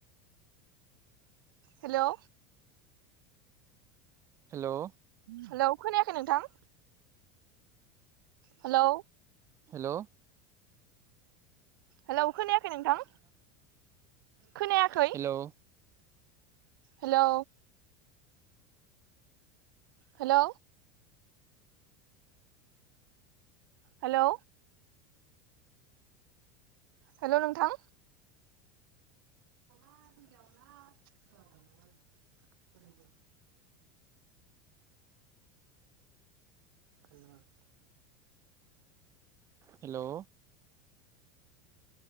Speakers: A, on the right; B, on the right.
A: हेलौ
B: हेलौ
A: हेलौ खोनायाखै नोंथां? हेलौ
B: हेलौ
A: हेलौ खोनायाखै नोंथां? खोनायाखै
B: hello
A: hello hello hello hello नोंथां <inaudible> <unintelligible>
B: हेलौ